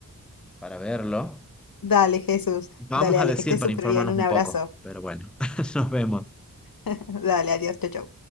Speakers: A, in the centre; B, on the left.
A: para verlo.
B: Dale, Jesús.
A: Vamos
B: Dale, dale,
A: a decir
B: que estés
A: para
B: súper
A: informarnos
B: bien. Un
A: un
B: abrazo.
A: poco, pero bueno, <laughs> nos vemos.
B: <laughs> Dale, adiós, chau, chau.